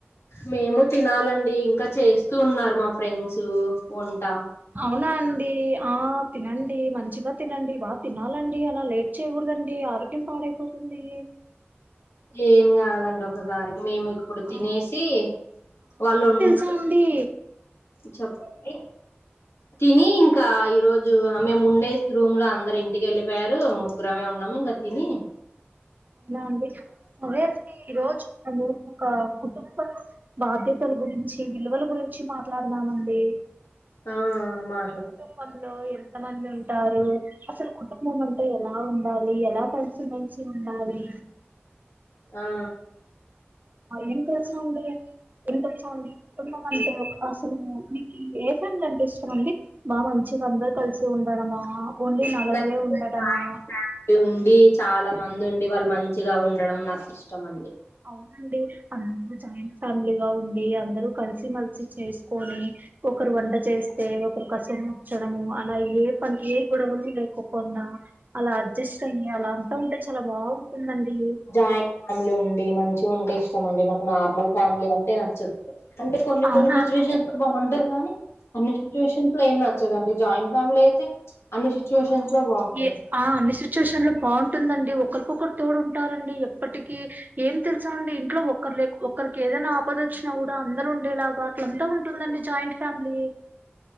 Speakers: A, on the left; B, on the right.
A: మేము తినాలండి ఇంకా చేస్తూ ఉన్నారు మా ఫ్రెండ్స్ వంటా
B: అవునా అండి ఆ తినండి మంచిగా తినండి బాగా తినాలండి అలా లేట్ టు చేయకూడదండి ఆరోగ్యం పాడైపోతుంది
A: ఏం కాదండి ఒకసారికి మేము ఇప్పుడు తినేసి
B: ఆ
A: వాళ్ళు ఉ
B: చండి
A: చెప్పండి తిని ఇంకా ఈ రోజు మేము ఉండే రూమ్ లో అందరు ఇంటికి వెళ్ళిపోయారు ముగ్గురమే ఉన్నాము ఇంకా తిని
B: అవునా అండి అదే అండి ఈ రోజు ను ఒక కుటుంబంలో బాధ్యతల గురించి విలువల గురించి మాట్లాడదామండి
A: ఆ మా
B: కుటుంబంలో ఎంత మంది ఉంటారు అసలు కుటుంబం అంటా ఎలా ఉండాలి ఎలా కలిసి మేలిసి ఉండాలి
A: ఆ
B: అవీ ఏం తెలుసు అండి ఇంత చాలా కుటుంబం అంటే అసలు మీకు ఏ ఫ్యామిలీ అంటే ఇష్టం అండి బా మంచిగా అందరు కలిసి ఉండడమా ఓన్లీ నలుగురే
A: నాకు
B: ఉండడమా
A: జాయింట్ ఫ్యామిలీ ఉండి చాలా మంది ఉండి వాళ్ళు మంచిగా ఉండడం నాకు ఇష్టం అండి
B: అవునండి అందరు జాయింట్ ఫ్యామిలీగా ఉండి అందరు కలిసి మేలిసి చేసుకొని ఒకరు వంట చేస్తే ఒకరు కసు ఉంచడము అలా ఏ పని ఏ గొడవలు లేకకుండా అలా అడ్జస్ట్ అయ్యి అలా అంతా ఉంటే చాలా బాగుంటుందండి
A: జాయింట్ ఫ్యామిలీ ఉండి మంచి ఉంటే ఇష్టం అండి నాకు నార్మల్ ఫ్యామిలీ అంటే నచ్చదు అంటే కొన్ని
B: అవునా
A: కొన్ని సిచ్యువేషన్ బాగుంటది కాని అన్ని సిట్యుయేషన్స్ లో ఏం నచ్చదండి జాయింట్ ఫ్యామిలీ అయితే అన్ని సిచ్యువేషన్స్
B: ఆ
A: లో బాగుంటది
B: ఏ అన్ని సిచ్యుయేషన్ లో బాగుంటుందండి ఒకరికొకరు తోడుం టారండి ఎప్పటికీ ఏం తెలుసా అండి ఇంట్లో ఒక్కరు లే ఒక్కరికి ఏదైనా ఆపద వచ్చినా కూడా అందరు ఉండేలాగ్ బా అట్లా అంతా ఉంటుందండి జాయింట్ ఫ్యామిలీ